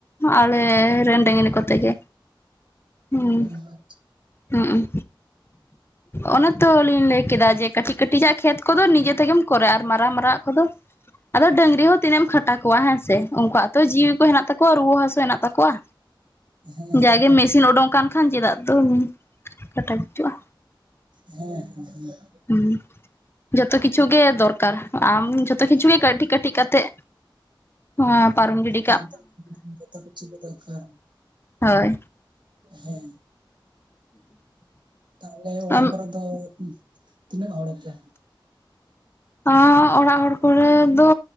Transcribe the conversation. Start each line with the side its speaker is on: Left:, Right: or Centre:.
Left: ᱟᱞᱮ ᱨᱮᱱ ᱰᱟᱹᱝᱨᱤ ᱠᱚᱛᱮ ᱜᱮ᱾ ᱦᱩᱸ,
Right: ᱟᱸ,
Left: ᱦᱩᱸ᱾ ᱚᱱᱟ ᱛᱚᱞᱤᱧ ᱞᱟᱹᱭ ᱠᱮᱫᱟ ᱡᱮ ᱠᱟᱹᱴᱤᱡ ᱠᱟᱹᱴᱤᱡ ᱟᱜ ᱠᱷᱮᱛ ᱠᱚᱫᱚ ᱱᱤᱡᱮ ᱛᱮᱜᱮᱢ ᱠᱚᱨᱟ, ᱟᱨ ᱢᱟᱨᱟᱝ ᱢᱟᱨᱟᱜ ᱠᱚᱫᱚ ᱟᱫᱚ ᱰᱟᱹᱝᱨᱤ ᱦᱚᱸ ᱛᱤᱱᱟᱹᱜ ᱮᱢ ᱠᱷᱟᱴᱟ ᱠᱚᱣᱟ ᱦᱮᱸᱥᱮ? ᱩᱱᱠᱩᱣᱟᱜ ᱛᱚ ᱡᱤᱣᱤ ᱠᱚ ᱦᱮᱱᱟᱜ ᱛᱟᱠᱚᱣᱟ᱾ ᱨᱩᱣᱟᱹ ᱦᱟᱹᱥᱩ ᱦᱮᱱᱟᱜ ᱛᱟᱠᱚᱣᱟ᱾
Right: ᱦᱮᱸ ᱦᱮᱸ
Left: ᱡᱟᱜᱮ ᱢᱮᱥᱤᱱ ᱚᱰᱚᱝ ᱠᱟᱱ ᱠᱷᱟᱱ ᱪᱮᱫᱟᱜ ᱫᱚ ᱠᱟᱴᱷᱟ ᱜᱩᱡᱩᱜ-ᱟ?
Right: ᱦᱮᱸ, <unintelligible>
Left: ᱦᱩᱸ᱾ ᱡᱚᱛᱚ ᱠᱤᱪᱷᱩ ᱜᱮ ᱫᱚᱨᱠᱟᱨ᱾ ᱟᱢ ᱡᱚᱛᱚ ᱠᱤᱪᱷᱩ ᱜᱮ
Right: ᱦᱮᱸ
Left: ᱠᱟᱹᱴᱤᱡ ᱠᱟᱹᱴᱤᱡ ᱠᱟᱛᱮᱜ᱾ ᱦᱚᱸ ᱯᱟᱨᱚᱢ ᱜᱤᱰᱤᱜ
Right: ᱮᱠᱫᱚᱢ ᱡᱚᱛᱚ ᱠᱤᱪᱷᱩ ᱜᱮ ᱫᱟᱨᱠᱟᱨ᱾
Left: ᱦᱳᱭ
Right: ᱦᱮᱸ᱾ ᱛᱟᱦᱞᱮ ᱚᱲᱟᱜ
Left: ᱟᱢ
Right: ᱠᱚᱨᱮ ᱫᱚ <unintelligible> ᱛᱤᱱᱟᱹᱜ ᱦᱚᱲᱟᱯᱮ?
Left: ᱟᱸ ᱚᱲᱟᱜ ᱦᱚᱲ ᱠᱚᱨᱮ ᱫᱚ